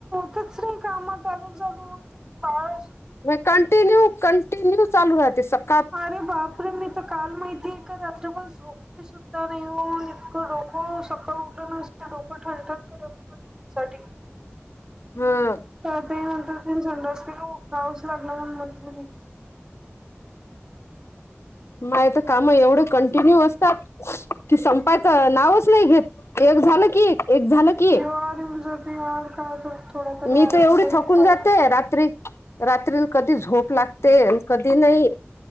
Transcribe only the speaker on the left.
मी कंटिन्यू कंटिन्यू चालू राहते सक
हा
मला तर काम एवढ कंटिन्यू असतात. कि संपायचं नावच नाही घेत एक झालं की एक एक झालं की एक
मी
तर एवढी
थकून
जाते रात्री रात्री न कधी झोप लागते अन कधी नाही